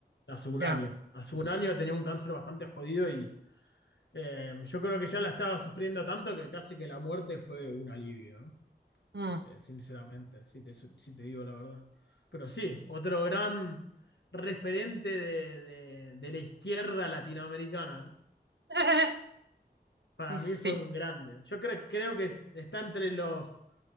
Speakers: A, on the left; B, on the right.
A: Hace un
B: ya.
A: año. Hace un año tenía un cáncer bastante jodido y Eh, yo creo que ya la estaba sufriendo tanto que casi que la muerte fue un alivio, ¿no?
B: Mm.
A: Eh, sinceramente, si te, su- si te digo la verdad. Pero sí, otro gran referente de, de- de la izquierda latinoamericana, ¿no?
B: <laughs>
A: Para
B: Y sí,
A: mí fue un grande. Yo creo, creo que es- está entre los